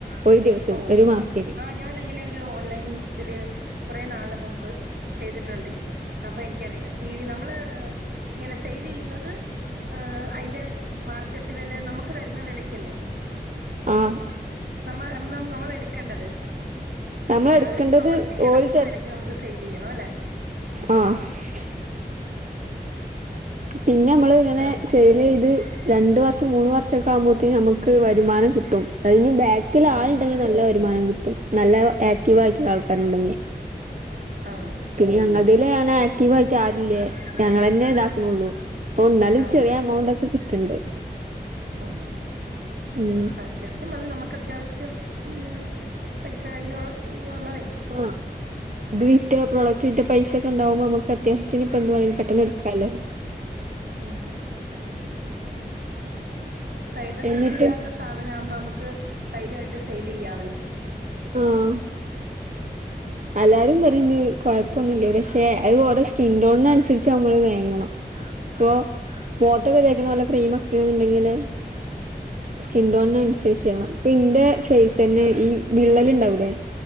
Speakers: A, on the right; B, on the right.
A: ഒരു ദിവസം
B: ഓഹ്
A: ഒരു മാസത്തിന്
B: ആഹ് ഞാൻ അങ്ങനെ ഒര് ഓൺലൈൻ ഇതില് കൊറേ നാള് മുമ്പ്,, ചെയ്തിട്ടുണ്ട് അപ്പൊ എനിക്കറിയാം. പീ വി നമ്മള് ഇങ്ങനെ സെയ്ലിയ്യുന്നത് ഏഹ് അയിന്റെ മാർക്കറ്റ് വെല നമ്മക്ക് തരുന്ന വെലക്കല്ലെ
A: ആഹ്
B: നമ്മ നമ്മളെടുക്കൺണ്ടത്
A: നമ്മൾ എടുക്കേണ്ടത്
B: അല്ലെങ്കി പ്രോഡക്റ്റ് കെടക്കുന്ന
A: ഓല്
B: വെലക്ക് നമ്മ ഡെയിലി യ്യണം അല്ലെ
A: ആഹ് പിന്നെ മ്മള് ങ്ങനെ
B: ആ
A: സെയിൽ യ്ത് രണ്ട് വർഷം മൂന്ന് വർഷൊക്കെ ആകുമ്പോത്തിനും നമുക്ക് വരുമാനം കിട്ടും അയന് ബ ക്കിൽ
B: ആ
A: ആളുണ്ടെങ്കിൽ നല്ല വരുമാനം കിട്ടും നല്ല ആക്റ്റീവായിട്ടുള്ള ആൾക്കാരുണ്ടെങ്കിൽ
B: ആഹ്
A: ഞങ്ങളതില് അങ്ങനെ ആക്റ്റീവായിട്ട് ആരുല്ലേ ഞങ്ങെളെന്നെ ഇതാക്കുന്നുള്ളൂ പ്പൊ എന്നാലും
B: ആ
A: ചെറിയ എമൗണ്ട് ഒക്കെ കിട്ടുന്നുണ്ട്
B: ഉം
A: ഉം
B: അത്യാവശ്യം വന്ന് നമുക്ക് അത്യാവശ്യത്തിന് മ് പൈസ കയ്യില <unintelligible> ള്ളതേ
A: ആഹ് ഇത് വിറ്റ പ്രൊഡക്റ്റിന്റെ പൈസക്കെ ണ്ടാവുമ്പോ നമുക്ക് അത്യാവ ത്തിന് ഇപ്പൊ ന്ത്‌ <unintelligible> പെട്ടെന്ന്
B: അവൾക്ക്
A: എടുക്കായ്ലെ
B: ഉം സൈഡ് എഫക്ട്
A: എന്നിട്ട്
B: ഇല്ലാത്ത സാധനം ആവുമ്പോ മ്മക്ക് ധൈര്യമായിട്ട് സെയിൽ ചെയ്യവല്ലോ
A: ആഹ് എല്ലാരും പറയന്ന് കൊഴപ്പൊന്നില്ല
B: ആഹ്
A: പക്ഷെ അത് ഓരോ സ്കിൻ ടോണിന് അനുസരിച്ച് നമ്മള് വേങ്ങണം പ്പൊ മോത്തൊക്കെ തേക്കണ വല്ല ക്രീം മൊക്കെ എന്നുണ്ടെങ്കില്
B: ഉം
A: സ്കിൻ ടോണിന് അനുസരിച്ച് ചെയ്യണം അപ്പൊ ഇന്റെ ഫേസ്
B: ഉം
A: തന്നെ ഈ വിള്ളല് ണ്ടാവൂലേ